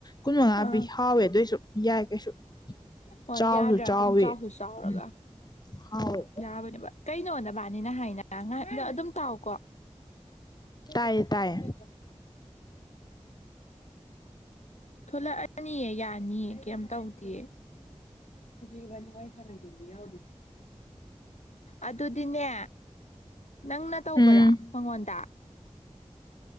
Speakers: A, on the left (about 35°); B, on the left (about 75°).
A: ꯀꯨꯟꯃꯉꯥ
B: ꯑꯥ
A: ꯄꯤ ꯍꯥꯎꯋꯦ ꯑꯗꯨꯑꯣꯏꯁꯨ ꯌꯥꯏ ꯀꯩꯁꯨ
B: ꯍꯣꯏ
A: ꯆꯥꯎꯁꯨ
B: ꯌꯥꯗ꯭ꯔꯥ
A: ꯆꯥꯎꯋ
B: ꯑꯗꯨꯝ ꯆꯥꯎꯁꯨ ꯆꯥꯎꯔꯒ
A: ꯎꯝ ꯍꯥꯎꯋꯦ
B: ꯌꯥꯕꯅꯦꯕ ꯀꯩꯅꯣꯗꯕꯥꯅꯤꯅ ꯍꯥꯏꯅ ꯉꯥꯏꯍꯥꯛ ꯑꯗꯨꯝ ꯇꯥꯎ ꯀꯣ ꯊꯣꯛꯂꯛꯇꯦꯕꯀꯣ
A: ꯇꯥꯏꯌꯦ ꯇꯥꯏꯌꯦ
B: ꯊꯂꯛꯑꯅꯤꯑ ꯌꯥꯅꯤꯑ ꯀꯩꯝ ꯇꯧꯗꯦꯑ ꯍꯧꯖꯤꯛꯕꯥ ꯁꯅꯗ ꯑꯗꯨꯗꯤꯅꯦ ꯅꯪꯅ ꯇꯧꯕꯔꯥ
A: ꯎꯝ
B: ꯃꯉꯣꯟꯗ